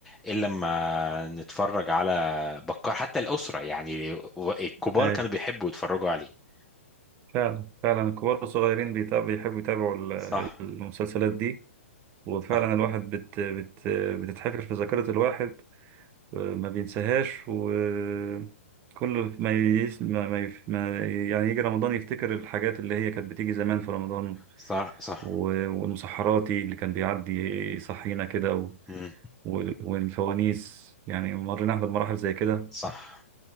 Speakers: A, in the centre; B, on the right (about 25°).
A: الا لما نتفرج على بكار حتى الأسرة يعني و- الكبار
B: اي
A: كانوا بيحبوا يتفرجوا عليه
B: فعلا فعلا الكبار والصغيرين بيتابع بيحبوا يتابعوا ال-
A: صح
B: المسلسلات دي وفعلا
A: صح
B: الواحد بت... بت... بتتحفر في ذاكرة الواحد ما بينساهاش وكل ما يس... ما... ما... يف- ما يعني يجي رمضان يفتكر الحاجات اللي هي كانت بتيجي زمان في رمضان
A: صح صح
B: و... والمسحراتي اللي كان بيعدي يصحينا كده و...
A: مم.
B: و... والفوانيس يعني مرينا احنا بمراحل زي كده
A: صح